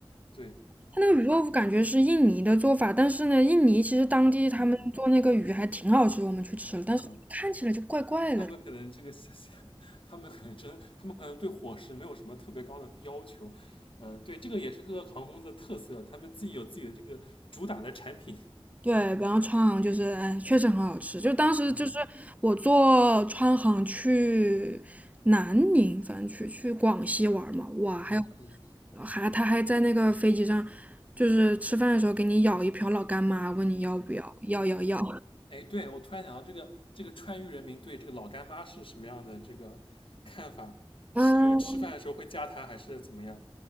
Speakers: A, on the left; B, on the right.
A: 对，
B: 它那个鱼豆腐感觉是印尼的做法，但是呢，印尼其实当地他们做那个鱼还挺好吃，
A: 印尼
B: 我们去吃了，
A: 嗯，
B: 但是看起来就怪怪的。
A: 他们可能这个 <laughs> 他们可能真，他们可能对伙食没有什么特别高的要求。嗯，对，这个也是各个航空公司的特色，他们自己有自己的这个主打的产品。
B: 对，然后川航就是，哎，确实很好吃。就当时就是我坐川航去南宁，
A: 嗯
B: 反正去去广西玩儿嘛，哇，
A: 嗯嗯
B: 还有还他还在那个飞机上，就是吃饭的时候给你舀一瓢老干妈，问你要不要，
A: 嗯，
B: 要要要。
A: 哎，对，我突然想到这个这个川渝人民对这个老干妈是什么样的这个看法？
B: 啊，
A: 是就是吃饭的时候会加它，还是怎么样？